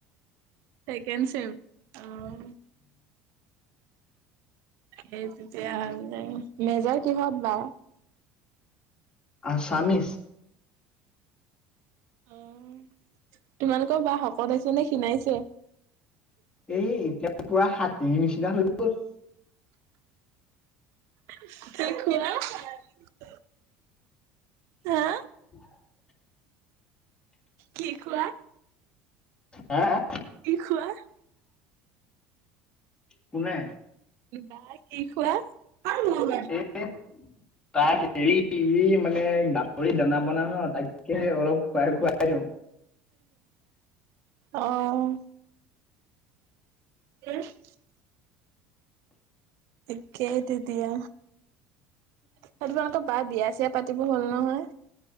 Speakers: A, on the right; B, on the left.
A: second sem অঁ সেই তেতিয়া হ'লে, মেজৰ কিহত বাৰ
B: আচামিজ
A: অঁ তোমালোকৰ বা শকত হৈছে নে ক্ষীণাইছে?
B: এই এতিয়া পুৰা হাতীৰ নিচিনা হৈ গল
A: <unintelligible>
B: <unintelligible>
A: হা? কি কোৱা
B: হাঁ
A: কি কোৱা
B: কোনে
A: বাই কি খোৱা অ'।
B: এ তাক হেৰি মানে গাহৰি দানা বনা ন তাকে অলপ খাই খুৱাই দিওঁ
A: অঁ <unintelligible> তাকেইটো এতিয়া, তোমালোকৰ বাৰ বিয়া চিয়া পাতিবৰ হ'ল নহয়।